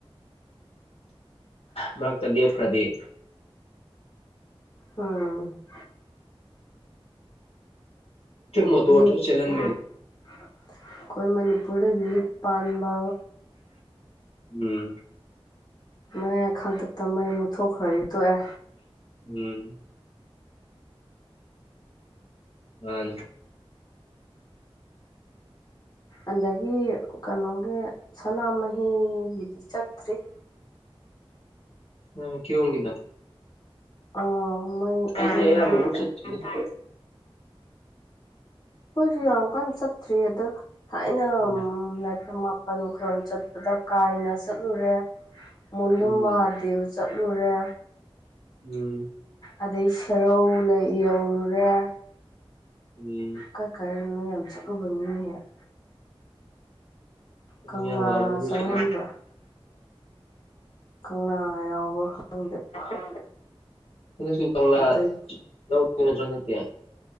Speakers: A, on the left (about 75°); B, on the left (about 45°).
A: ꯃꯔꯛꯇ ꯂꯦꯞꯈ꯭ꯔꯗꯤꯦ
B: ꯑꯣꯥ
A: ꯃꯣ ꯋꯥꯔꯣ
B: ꯂꯤꯞ
A: ꯁꯦꯂꯍꯟ ꯃ
B: ꯑꯩꯈꯣꯏ ꯃꯅꯤꯄꯨꯔꯗ ꯂꯤꯞ ꯄꯥꯟꯕ
A: ꯎꯝ
B: ꯃꯌꯥ ꯈꯥꯡꯇꯠꯇ ꯃꯩ ꯃꯨꯠꯊꯣꯛꯈ꯭ꯔꯗꯤ ꯇꯣꯛꯑꯦ
A: ꯎꯝ ꯑꯅꯦ
B: ꯑꯗꯒꯤ ꯀꯩꯅꯣꯒꯤ ꯁꯅꯥꯃꯍꯤꯒꯤꯗꯤ ꯆꯠꯇ꯭ꯔꯤ
A: ꯀ ꯀꯗ
B: ꯑꯥ ꯃꯣꯏ
A: ꯆꯠ
B: ꯑꯗꯨꯗꯤ ꯑꯩꯈꯣꯏꯁꯨ ꯌꯥꯝ ꯀꯟꯅ ꯆꯠꯇ꯭ꯔꯤ ꯑꯗꯣ ꯊꯥꯏꯅ
A: ꯎꯝ
B: ꯂꯥꯏꯐꯝ ꯃꯥꯄꯟ ꯈꯔꯣꯝ ꯆꯠꯄꯗ ꯀꯥꯏꯅ ꯆꯠꯂꯨꯔꯦ ꯃꯨꯗꯨꯝ
A: ꯎꯝ
B: ꯃꯍꯥꯗꯦꯕ ꯆꯠꯂꯨꯔꯦ
A: ꯎꯝ
B: ꯑꯗꯩ ꯁꯦꯔꯧ ꯌꯧꯔꯨꯔꯦ
A: ꯎꯝ
B: ꯀ ꯀꯥꯏꯔꯅꯣ ꯌꯥꯝ ꯆꯠꯂꯨꯕ ꯃꯤꯍꯦꯛ
A: ꯑꯩ
B: ꯀꯪꯂꯥ
A: ꯑꯌꯥꯝꯕ ꯑꯗꯨꯗ ꯂꯣꯏ
B: ꯆꯪꯉꯝꯕ꯭ꯔꯥ
A: ꯆꯠꯂꯦ
B: ꯀꯪꯂꯥ ꯌꯥꯎꯕ ꯈꯪꯗꯦ
A: ꯎꯝ ꯀꯗꯁꯨ ꯀꯪꯂꯪꯂ
B: ꯑꯗꯒꯤ
A: ꯅꯠꯇ꯭ꯔꯌꯥ